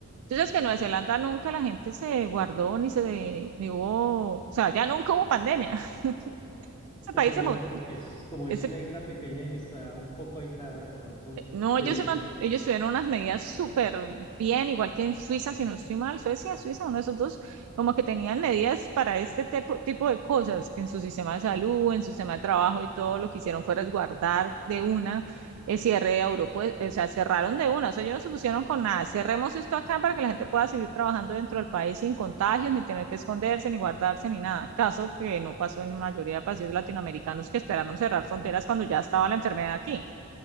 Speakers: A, on the right (about 85°); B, on the left (about 20°).
A: Entonces,
B: en
A: que
B: Nueva
A: en Nueva
B: Zelanda.
A: Zelanda nunca la gente se guardó ni se, ni hubo, o sea, ya nunca hubo pandemia. <laughs> Ese
B: Pues
A: país
B: seguramente
A: se, mo-
B: por lo que es, como es
A: ese
B: una isla pequeña y está un poco aislada, de pronto
A: No,
B: el,
A: ellos, se man- ellos tuvieron unas medidas súper bien, igual que en Suiza, si no estoy mal, Suecia, Suiza, uno de esos dos, como que tenían medidas para este tipo, tipo de cosas, que en su sistema de salud, en su sistema de trabajo y todo lo que hicieron fue resguardar de una el cierre de Europa, o sea, cerraron de una, eso ellos no se pusieron con nada, cerremos esto acá para que la gente pueda seguir trabajando dentro del país sin contagios, ni tener que esconderse, ni guardarse, ni nada, caso que no pasó en la mayoría de países latinoamericanos que esperaron cerrar fronteras cuando ya estaba la enfermedad aquí.